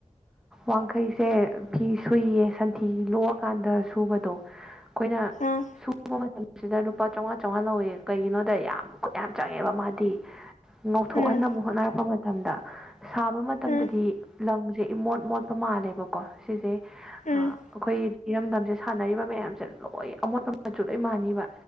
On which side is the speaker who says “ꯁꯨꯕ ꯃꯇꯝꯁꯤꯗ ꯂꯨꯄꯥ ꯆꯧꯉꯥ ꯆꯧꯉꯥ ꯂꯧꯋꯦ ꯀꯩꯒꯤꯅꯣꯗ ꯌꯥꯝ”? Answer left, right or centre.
Centre